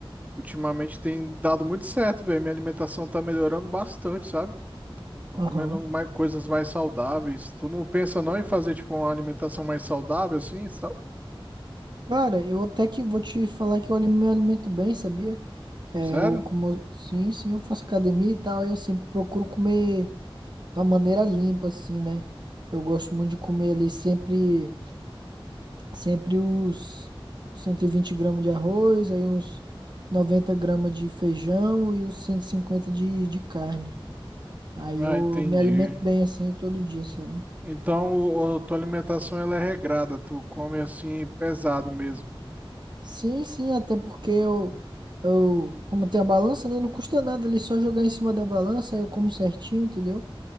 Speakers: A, on the right; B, on the right.
A: Ultimamente tem dado muito certo, velho. Minha alimentação tá melhorando bastante, sabe? Tô
B: aham.
A: comendo mais coisas mais saudáveis. Tu não pensa não em fazer, tipo, uma alimentação mais saudável, assim? sa-
B: Cara, eu até que vou te falar que eu ali- me alimento bem, sabia? É,
A: Sério?
B: eu como. Sim, sim, eu faço academia e tal, eu sempre procuro comer de uma maneira limpa, assim, né? Eu gosto muito de comer ali sempre, sempre os 120 gramas de arroz, aí uns 90 gramas de feijão e os 150 de, de carne. Aí
A: Ah,
B: eu,
A: entendi.
B: me alimento bem assim todo dia, sabe?
A: Então, o- o- tua alimentação, ela é regrada. Tu come, assim, pesado mesmo.
B: Sim, sim, até porque eu, eu, como tem a balança, né? Não custa nada ali só jogar em cima da balança, aí eu como certinho, entendeu?